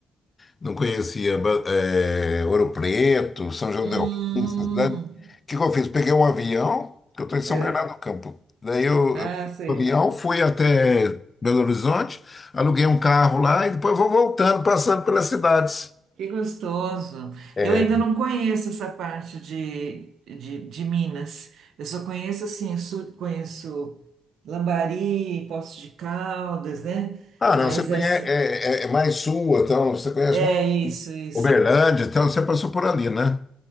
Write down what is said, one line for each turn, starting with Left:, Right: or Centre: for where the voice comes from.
Left: não conhecia Ba- eh, Ouro Preto, São João
Right: Hum.
Left: del Rei, essa cidade. O que que eu fiz? Peguei um avião, que eu estou em São
Right: É.
Left: Bernardo do Campo. Daí eu,
Right: Ah,
Left: eu peguei
Right: sei.
Left: o avião, fui até Belo Horizonte, aluguei um carro lá e depois vou voltando, passando pelas cidades.
Right: Que gostoso.
Left: É.
Right: Eu ainda não conheço essa parte de, de, de Minas. Eu só conheço assim, sul, conheço Lambari, Poços de Caldas, né?
Left: Ah, não,
Right: Mas
Left: você conhece,
Right: essa
Left: é, é- é mais sul, então, você conhece
Right: é
Left: mais
Right: isso, isso.
Left: Uberlândia, então você passou por ali, né?